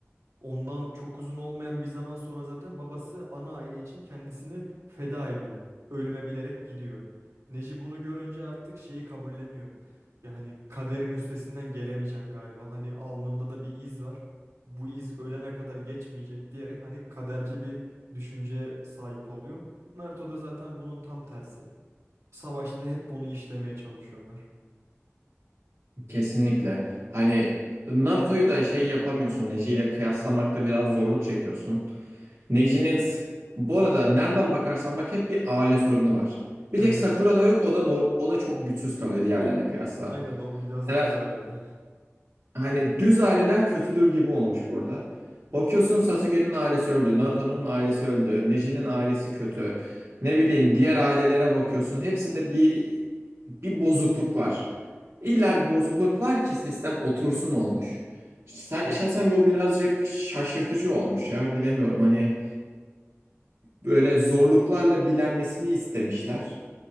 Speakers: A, on the right; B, on the right.
A: Ondan çok uzun olmayan bir zaman sonra zaten babası ana aile için kendisini feda ediyor. Ölüme bilerek gidiyor. Neji bunu görünce artık şeyi kabulleniyor. Yani kaderin üstesinden gelemeyeceğim galiba. Hani alnımda da bir iz var. Bu iz ölene kadar geçmeyecek diyerek hani kaderci bir düşünceye sahip oluyor. Naruto da zaten bunun tam tersi. Savaşta da hep bunu işlemeye çalışıyorlar.
B: Kesinlikle. Hani Naruto'yu da şey yapamıyorsun. Neji ile kıyaslamakta biraz zorluk çekiyorsun. Neji'nin sık- bu arada nereden bakarsan bak hep bir aile sorunu var. Bir
A: Evet.
B: tek Sakura'da yok o da norm o da çok güçsüz kalıyor diğerlerine kıyasla.
A: Aynen o biraz
B: Yani,
A: düz aile. <laughs>
B: hani düz aileler kötüdür gibi olmuş burada. Bakıyorsun Sasuke'nin ailesi öldü, Naruto'nun ailesi öldü, Neji'nin ailesi kötü. Ne bileyim diğer ailelere bakıyorsun hepsinde bir bir bozukluk var. İlla bir bozukluk var ki sistem otursun olmuş. Sa-
A: Evet.
B: Şahsen bu birazcık şaşırtıcı olmuş ya bilemiyorum hani Böyle zorluklarla bilenmesini istemişler.